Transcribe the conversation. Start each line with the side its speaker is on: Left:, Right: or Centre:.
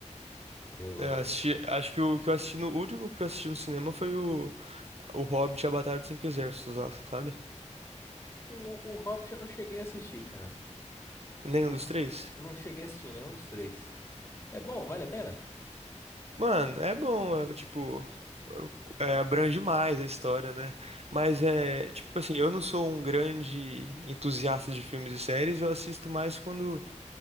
Left: Eu,
Right: É, Eu assisti, acho que o que eu assisti no, o último que eu assisti no cinema foi o, o Hobbit e a Batalha dos Cinco Exércitos lá, sabe?
Left: O, o Hobbit eu não cheguei a assistir, cara.
Right: Nenhum
Left: Eu não,
Right: dos
Left: che-
Right: três?
Left: não cheguei a assistir nenhum dos três. É bom, vale a pena?
Right: Mano, é bom, é, tipo, é, é, abrange mais a história, né? Mas é, tipo assim, eu não sou um grande entusiasta de filmes e séries, eu assisto mais quando,